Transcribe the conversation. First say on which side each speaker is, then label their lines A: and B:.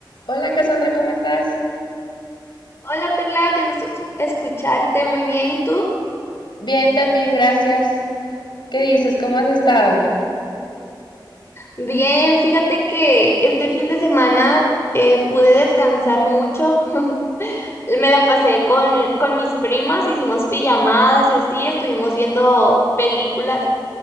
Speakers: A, on the left (about 70°); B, on the left (about 35°).
A: Hola Cassandra, ¿cómo estás?
B: Hola Perla, qué gusto tu- escucharte, muy bien. ¿Y tú?
A: Bien, también, gracias. ¿Qué dices? ¿Cómo has estado?
B: Bien, fíjate que este fin de semana eh, pude descansar mucho. <laughs> Me la pasé con, eh, con mis primas, hicimos pijamadas y así, estuvimos viendo películas.